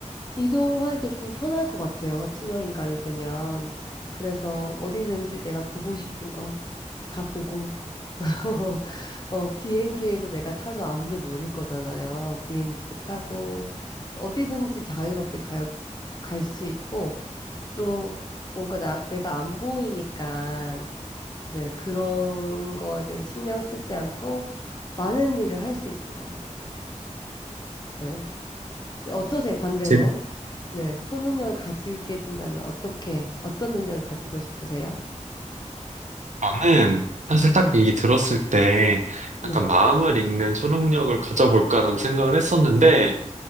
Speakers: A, on the left (about 35°); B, on the right (about 70°).
A: 이동하기 좀 편할 것 같아요. 투명 인간이 되면. 그래서 어디든지 내가 보고 싶은 거 다 보고, <laughs> 어, 비행기에도 내가 타도 아무도 모를 거잖아요. 비행기도 타고, 어디든지 자유롭게 갈, 갈 수 있고, 또 뭔가 나, 내가 안 보이니까, 네, 그런 거에 대해서 신경 쓰지 않고 많은 일을 할 수 있을 것 같아요. 네. 네, 어떠세요, 반대로?
B: 제-
A: 네, 초능력을 가지게 된다면 어떻게, 어떤 능력을 가지고 싶으세요?
B: 저는 사실
A: 네,
B: 딱 이 들었을 때
A: 네,
B: 약간 마음을 읽는 초능력을 가져볼까라고 생각을 했었는데,